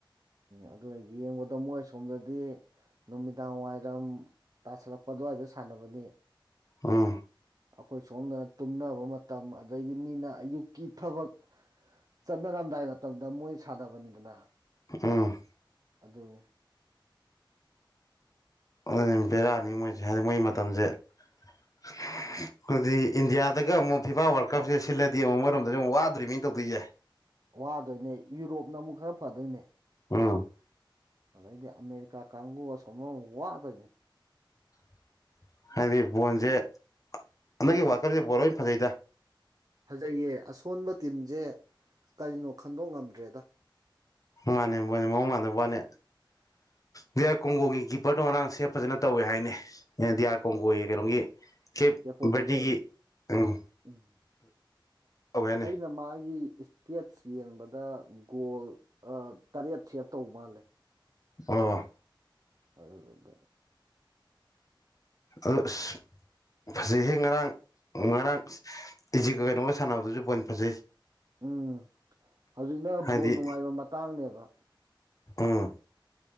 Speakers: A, on the right; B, on the left.
A: ꯑꯗꯨ ꯌꯦꯡꯕꯗ ꯃꯣꯏ ꯁꯣꯝꯗꯗꯤ ꯅꯨꯃꯤꯗꯥꯡ ꯋꯥꯏꯔꯝ ꯇꯥꯁꯜꯂꯛꯄ ꯑꯗꯨꯋꯥꯏꯗ ꯁꯥꯟ ꯁꯥꯟꯅꯕꯅꯤ
B: ꯑꯥ
A: ꯑꯈꯣꯏ ꯁꯣꯝꯗꯅ ꯇꯨꯝꯅꯕ ꯃꯇꯝ ꯑꯗꯩꯗꯤ ꯃꯤꯅ ꯑꯌꯨꯛꯀꯤ ꯊꯕꯛ ꯆꯠꯅꯔꯝꯗꯥꯏ ꯃꯇꯝꯗ ꯃꯣꯏ ꯁꯥꯟꯅꯕꯅꯤꯗꯅ
B: ꯎꯝ
A: ꯑꯗꯨꯅꯦ
B: ꯑꯗꯨ ꯕꯦꯔꯥꯅꯤ ꯃꯣꯏꯁꯦ ꯍꯥꯏꯗꯤ ꯃꯣꯏ ꯃꯇꯝꯁꯦ <inaudible> ꯑꯗꯨꯗꯤ ꯏꯟꯗꯤꯌꯥꯗꯒ ꯑꯃꯨꯛ ꯐꯤꯐꯥ ꯋꯥꯔꯜ ꯀꯞꯁꯦ ꯁꯤꯜꯂꯗꯤ ꯑꯃꯨꯛ ꯃꯣꯏꯔꯣꯝꯗꯗꯤ ꯑꯃꯨꯛ ꯋꯥꯗꯨꯔꯤꯕꯅꯤꯅꯦ ꯇꯧꯗꯣꯏꯁꯦ
A: ꯋꯥꯗꯣꯏꯅꯦ ꯌꯨꯔꯣꯞꯅ ꯑꯃꯨꯛ ꯈꯔ ꯐꯗꯣꯏꯅꯦ
B: ꯎꯝ
A: ꯑꯗꯩꯗꯤ ꯑꯃꯦꯔꯤꯀꯥ ꯀꯥꯡꯕꯨ ꯁꯣꯃꯣ ꯋꯥꯗꯣꯏꯅꯦ
B: <inaudible> ꯍꯥꯏꯕꯗꯤ ꯕꯣꯟꯁꯦ ꯑꯃꯒꯤ ꯋꯥꯔꯜꯀꯞꯁꯦ ꯕꯣꯟ ꯂꯣꯏ ꯐꯖꯩꯗ
A: ꯐꯖꯩꯌꯦ ꯑꯁꯣꯟꯕ ꯇꯤꯝꯁꯦ ꯀꯔꯤꯅꯣ ꯈꯟꯗꯣꯛ ꯉꯝꯗ꯭ꯔꯦꯗ
B: ꯃꯥꯅꯦ ꯕꯣꯟꯁꯦ ꯃꯑꯣꯡ ꯃꯥꯟꯗꯕꯥ ꯋ꯭ꯅꯦ ꯗꯤꯌꯥꯥꯔ ꯀꯣꯡꯒꯣꯒꯤ ꯀꯤꯞꯄꯔꯗꯣ ꯉꯥꯔꯥꯡ ꯁꯦꯕ ꯐꯖꯅ ꯇꯧꯋꯦ ꯍꯥꯏꯅꯦ ꯑꯦ ꯗꯤꯌꯥꯥꯔ ꯀꯣꯡꯒꯣꯒꯤ ꯀꯩꯅꯣꯒꯤ ꯀꯦꯞ
A: ꯀꯦꯄꯣ ꯕꯔꯗꯦꯜ
B: ꯕꯔꯗꯤꯒꯤ ꯎꯝ
A: ꯎꯝ
B: ꯇꯧꯋꯦ ꯍꯥꯏꯅꯦ
A: ꯑꯩꯅ ꯃꯥꯒꯤ ꯏꯁꯇꯦꯠꯁ ꯌꯦꯡꯕꯗ ꯒꯣꯜ ꯇꯔꯦꯠ ꯁꯦꯞ ꯇꯧꯕ ꯃꯥꯜꯂꯦ
B: ꯑꯣ
A: ꯑꯗꯨꯔꯝꯕ
B: ꯑꯗꯣ ꯑꯁ ꯐꯖꯩꯍꯦ ꯉꯔꯥꯡ ꯉꯔꯥꯡ ꯏꯖꯤꯛꯀ ꯀꯩꯅꯣꯒ ꯁꯥꯟꯅꯕꯗꯨꯁꯨ ꯄꯣꯏꯟ ꯐꯖꯩ
A: ꯎꯝ ꯍꯧꯖꯤꯛꯅ
B: ꯍꯥꯏꯗꯤ
A: ꯕꯣꯟ ꯅꯨꯡꯉꯥꯏꯕ ꯃꯇꯥꯡꯅꯦꯕ
B: ꯎꯝ